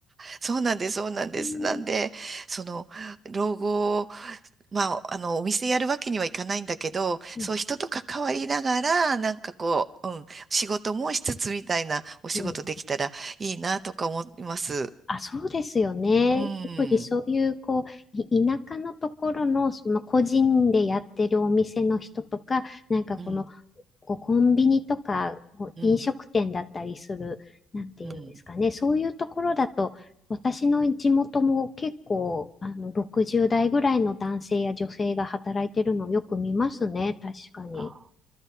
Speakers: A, on the right; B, on the left.
A: そうなんです、そうなんです。
B: うん。
A: なんで、その、老後まあ、あの、お店やるわけにはいかないんだけど、
B: うん。
A: そう、人と関わりながら、なんかこう、うん、仕事もしつつみたいなお仕事できたらいいなとか思います。
B: うんあ、そうですよね。
A: うん、
B: 特にそういう、こう、い田舎のところの、その個人でやってるお店の人とか、なんかこの、
A: うん、
B: こうコンビニとか、こう飲食店だったりする、
A: うん、
B: なんていうんですかね。
A: うん。
B: そういうところだと、私の地元も結構、あの、60代ぐらいの男性や女性が働いてるのをよく見ますね。確かに。
A: あ